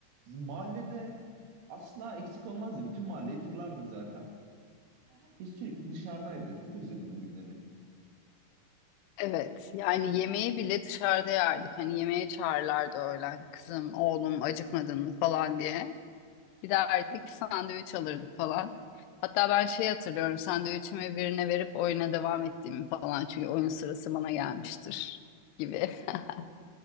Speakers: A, on the right (about 75°); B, on the left (about 85°).
A: Bizim mahallede asla eksik olmazdı. Bütün mahalleyi turlardık zaten. Herkes sürekli dışarıdaydı. Çok özledim o günleri.
B: Evet, yani yemeği bile dışarıda yerdik. Hani yemeğe çağırlardı öğlen. Kızım, oğlum acıkmadın mı falan diye. Giderdik sandviç alırdık falan. Hatta ben şey hatırlıyorum sandviçimi birine verip oyuna devam ettiğimi falan. Çünkü oyun sırası bana gelmiştir gibi. <laughs>